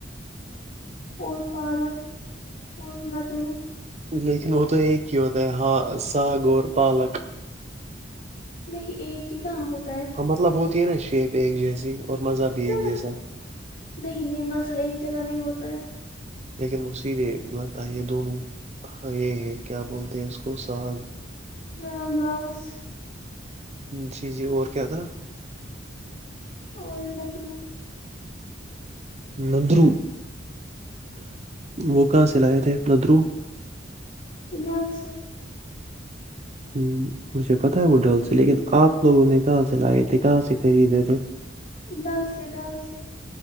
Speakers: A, on the left (about 45°); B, on the right (about 35°).
A: اور پالک اور ندرو
B: لیکن وہ تو ایک ہی ہوتا ہے ہساگواور پالک
A: نہیں ایک کی کہا ہو ت
B: مطلب بہت تینا شیپ ایک جیسی اور مزہ بھی
A: ہاں
B: ایک جیسا
A: نہیں نہیں مزہ ایک جگہ نہیں ہوتا ہے
B: لیکن مصید لگتا ہے یہ دونوں یہ ہے کیا بولتے ہیں اس کو ساگ
A: ا گاس <unintelligible>
B: جی جی اور کیا تھا
A: اور ان ندھر
B: نندرو وہ کہاں سے چلائے تھے ندرو
A: ڈل سے
B: ہ مجھے پتا ہے وہ ڈل سے لیکن آپ لوگوں نے کہاں سے لائے تھے کہاں سے خریدے تھے
A: ڈل سے ڈل سے